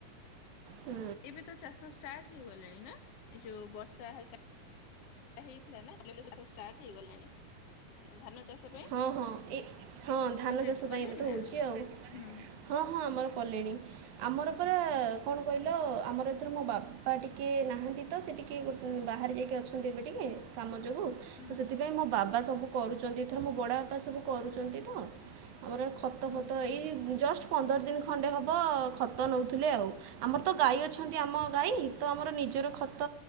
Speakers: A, on the right; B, on the left.
A: ହୁଁ।
B: ଏବେ ତ ଚାଷ ଷ୍ଟାର୍ଟ ହେଇଗଲାଣି ନା ଏ ଯଉ ବର୍ଷା ହେଲା। ହେଇଥିଲା ନା <inaudible> ଷ୍ଟାର୍ଟ ହେଇଗଲାଣି, ଧାନ ଚାଷ। ପାଇଁ
A: ହଁ ହଁ ଏଇ ହଁ ଧାନ
B: ତୁମେ ସେଠି
A: ଚାଷ
B: କଲେଣି
A: ପାଇଁ ଏବେ ତ
B: ନା
A: ହଉଛି ଆଉ
B: ହୁଁ
A: ହଁ ହଁ ଆମର କଲେଣି ଆମର ତାପରା କଣ କହିଲ ଆମର ଏଥର ମୋ ବାପା ଟିକେ ନାହାନ୍ତି ତ ସେ ଟିକେ ଗୋ ବାହାରେ ଯାଇକି ଅଛନ୍ତି ଏବେ ଟିକେ, କାମ ଯୋଗୁ,
B: ହୁଁ
A: ସେଥିପାଇଁ ମୋ ବାବା ସବୁ କରୁଛନ୍ତି। ଏଥର ମୋ ବଡ଼ ବାପା ସବୁ କରୁଛନ୍ତି। <inaudible> ଆମର ଖତଫତ
B: ହୁଁ
A: ଏଇ ଜଷ୍ଟ ପନ୍ଦର ଦିନ ଖଣ୍ଡେ ହବ ଖ ତ ନୋଉଥୁଲେ ଆଉ। ଆମର ତ ଗାଈ ଅଛନ୍ତି ଆମ ଗାଈ ତ ଆମର ନିଜର ଖତ